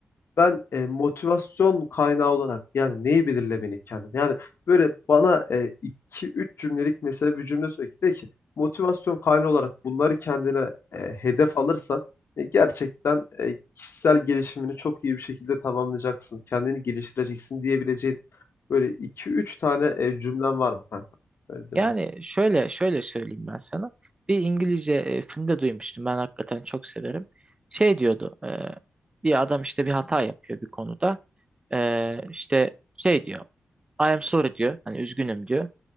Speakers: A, on the left (about 70°); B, on the right (about 25°).
A: ben e, motivasyon kaynağı olarak yani neyi belirlemeliyim kendim? Yani böyle bana e, iki üç cümlelik mesela bir cümle söyle ki de ki motivasyon kaynağı olarak bunları kendine e, hedef alırsan e, gerçekten e, kişisel gelişimini çok iyi bir şekilde tamamlayacaksın. Kendini geliştireceksin diyebileceğin böyle iki üç tane e, cümlen var mı kanka? Öyle diyeyim
B: Yani şöyle şöyle söyleyeyim ben sana. Bir İngilizce e, filmde duymuştum. Ben hakikaten çok severim. Şey diyordu. e, bir adam işte bir hata yapıyor bir konuda. E, işte şey diyor. I am sorry diyor. Hani üzgünüm diyor.